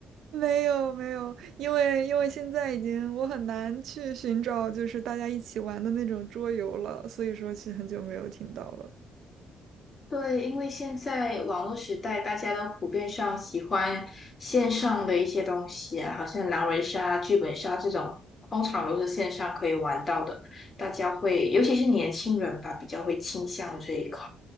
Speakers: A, on the right; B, on the left.
A: 没有没有，因为因为现在已经我很难去寻找就是大家一起玩的那种桌游了，所以说是很久没有听到了。
B: 对，因为现在网络时代，大家都普遍上喜欢线上的一些东西啊，好像狼人杀、剧本杀这种，通常都是线上可以玩到的。大家会，尤其是年轻人吧，比较会倾向这一块。